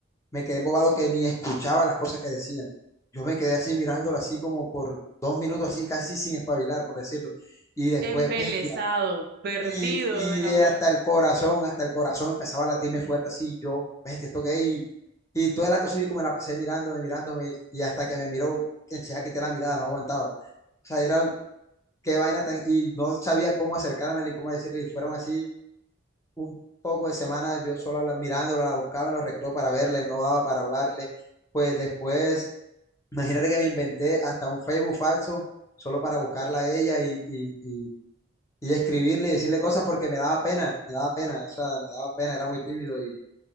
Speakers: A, on the left; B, on the right.
A: me quedé embobado que ni escuchaba las cosas que decían. Yo me quedé así mirándola así como por dos minutos así casi sin espabilar, por decirlo. Y después,
B: Embelesado,
A: bestia.
B: perdido
A: Y, y
B: del amor.
A: hasta el corazón, hasta el corazón empezaba a latirme fuerte así. Yo, bestia, esto que es. Y, y todo el acto cívico me la pasé mirándome, mirándome. Y hasta que me miró, enseguida quité la mirada, no aguantaba. O sea, era qué vaina tan... Y no sabía cómo acercármela y cómo decirle. Y fueron así un poco de semanas yo solo la, mirándola, la buscaba en los recreos para verla y no daba para hablarle. Pues después, imagínate que me inventé hasta un Facebook falso solo para buscarla a ella y, y, y, y escribirle y decirle cosas porque me daba pena, me daba pena, o sea, me daba pena, era muy tímido y